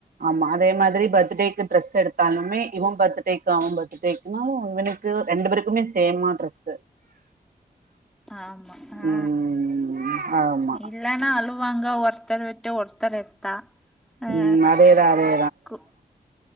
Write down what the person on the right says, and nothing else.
ஆமா அதே மாதிரி பர்த்துடேக்குப் ட்ரெஸ் எடுத்தாலுமே இவம் பர்த்துடேக்கு அவம் பர்த்துடேக்குனாலு இவனுக்கு ரெண்டு பேருக்குமே சேமா ட்ரெஸ்
ம் ஆமா
ம் அதேதா அதே